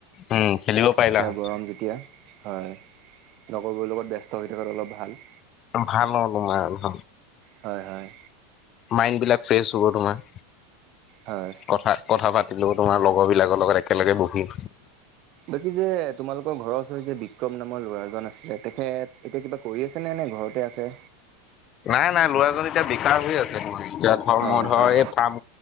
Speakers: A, on the left; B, on the right.
A: উম খেলিব পাৰিলা
B: এতিয়া
A: হয়
B: গৰম যেতিয়া। হয় লগৰবোৰৰ লগত ব্যস্ত হৈ থাকঁ অলপ ভাল।
A: ভাললোমাই হ।
B: হয় হয়।
A: মাইণ্ডবিলাক ফ্ৰেছ হ'ব তোমাৰ
B: হয়।
A: কথা কথা পাত। এই তোমাৰ লগৰবিলাকৰ লগত একেলগে বহি।
B: বাকী যে তোমালোকৰ ঘৰৰ ওচৰ যে বিক্ৰম নামৰ ল'ৰাজন আছিলে। তেখেত এতিয়া কিবা কৰি আছে নে নে ঘৰতে আছে।
A: নাই নাই লৰাজন এতিয়া বিকাৰ হৈ আছে। যোত ধ
B: হয়
A: মই ধৰ
B: হয়
A: এই ফাৰ্ম